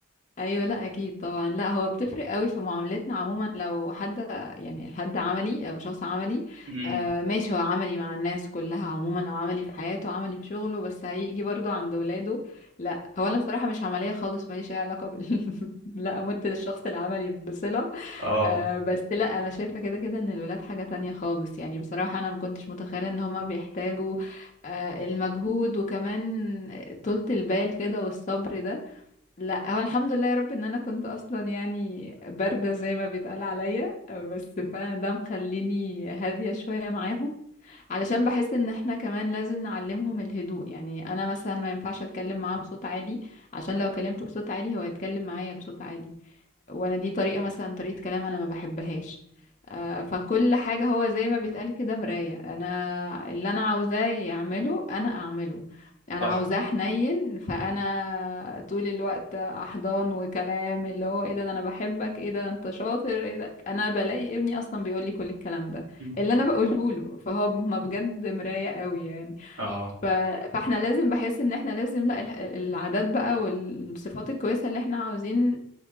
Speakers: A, on the left; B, on the right.
A: ايوه لا اكيد طبعا لا هو بتفرق قوي في معاملتنا عموما لو حد يعني حد عملي او شخص عملي
B: امم
A: آه ماشي هو عملي مع الناس كلها عموما او عملي في حياته عملي في شغله بس هيجي برضو عند ولاده لا هو انا بصراحه مش عمليه خالص ماليش اي علاقه بال <laughs> لا امت للشخص العملي بصله
B: اه
A: آه بس لا انا شايفه كده كده ان الولاد حاجه تانية خالص يعني بصراحه انا ما كنتش متخيله ان هما بيحتاجوا آه المجهود وكمان طولة البال كده والصبر ده لا هو الحمد لله يا رب ان انا كنت اصلا يعني بارده زي ما بيتقال عليا بس فعلا ده مخليني هاديه شويه معاهم علشان بحس ان احنا كمان لازم نعلمهم الهدوء يعني انا مثلا ما ينفعش اتكلم معاه بصوت عالي عشان لو كلمته بصوت عالي هو هيتكلم معايا بصوت عالي وانا دي طريقة مثلا طريقة كلام انا ما بحبهاش آه، فكل حاجة هو زي ما بيتقال كده مراية انا اللي انا عاوزاه يعمله انا اعمله انا
B: صح
A: عاوزاه حنين فانا طول الوقت احضان وكلام اللي هو ايه ده ده انا بحبك ايه ده ده انت شاطر ايه ده انا بلاقي ابني اصلا بيقول لي كل الكلام ده
B: مم.
A: اللي انا بقوله له فهو ما بجد مراية قوي يعني
B: اه
A: ف... فاحنا لازم بحس ان احنا لازم لا الح- العادات بقى والصفات الكويسة اللي احنا عاوزين